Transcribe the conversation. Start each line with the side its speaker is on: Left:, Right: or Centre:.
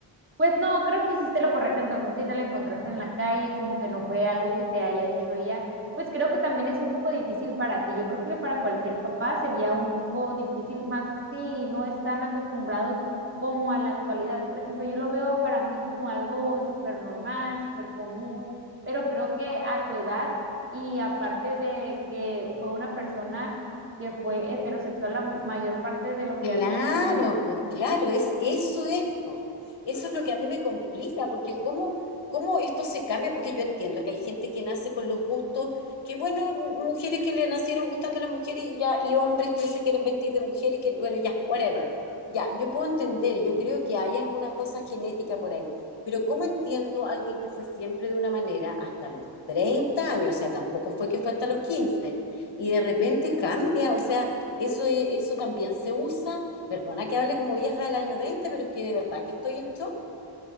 Right: Pues no, creo que hiciste lo correcto, entonces si te la encontraste en la calle, como que no fue algo que te haya dicho ella, pues creo que también es un poco difícil para ti. Yo creo que para cualquier papá sería un poco difícil, más si no están acostumbrados como a la actualidad. Por ejemplo, yo lo veo para mí como algo súper normal, súper común, pero creo que a tu edad y aparte de que fue una persona que fue heterosexual la mayor parte de lo
Left: Claro,
Right: que ha vivido,
Left: pues claro, es, eso es, pues. Eso es lo que a mí me complica, porque cómo, cómo esto se cambia, porque yo entiendo que hay gente que nace con los gustos, que bueno, mujeres que le nacieron gustando a las mujeres y ya, y hombres que se quieren vestir de mujer y que bueno, ya, whatever. Ya, yo puedo entender, yo creo que hay alguna cosa genética por ahí, pero ¿cómo entiendo a alguien que fue siempre de una manera hasta los 30 años? O sea, tampoco fue que fue hasta los 15 y de repente cambia, o sea... Eso, e- eso también se usa. Perdona que hable como vieja del año 20 pero es que de verdad que estoy en shock.